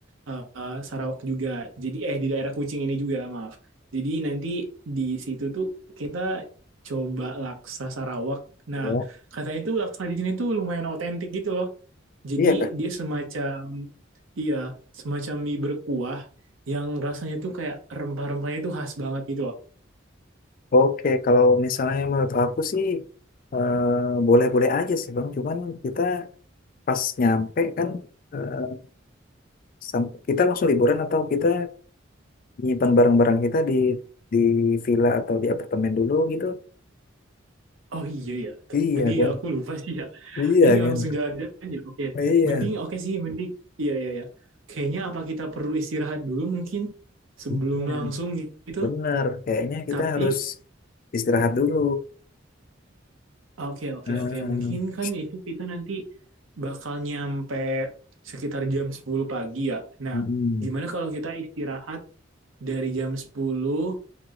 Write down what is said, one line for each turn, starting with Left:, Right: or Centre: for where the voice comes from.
Right: eh, eh, Sarawak juga. Jadi eh di daerah Kucing ini juga, maaf. Jadi nanti di situ tuh kita coba laksa Sarawak. Nah,
Left: Ya.
Right: katanya tuh laksa di sini tuh lumayan otentik gitu loh. Jadi
Left: Iya Kak.
Right: dia semacam iya, semacam mie berkuah yang rasanya tuh kayak rempah-rempahnya tuh khas banget gitu loh.
Left: Oke, kalau misalnya menurut aku sih eh, boleh-boleh aja sih Bang, cuman kita pas nyampe kan eh, Sam- kita langsung liburan atau kita nyimpan barang-barang kita di di villa atau di apartemen dulu gitu?
Right: Oh iya ya.
Left: Iya
Right: Tadi
Left: kan?
Right: aku lupa sih ya.
Left: Iya
Right: Ini
Left: kan?
Right: langsung jalan-jalan ya. Oke.
Left: Iya.
Right: Mending oke sih, mending. Iya iya ya. Kayaknya apa kita perlu istirahat dulu mungkin sebelum
Left: Iya,
Right: langsung gitu.
Left: benar. Kayaknya kita
Right: Tapi
Left: harus istirahat dulu.
Right: oke oke
Left: Ah,
Right: oke mungkin kan itu kita nanti bakal nyampe sekitar jam 10 pagi ya. Nah,
Left: mm-mm.
Right: gimana kalau kita istirahat dari jam sepuluh?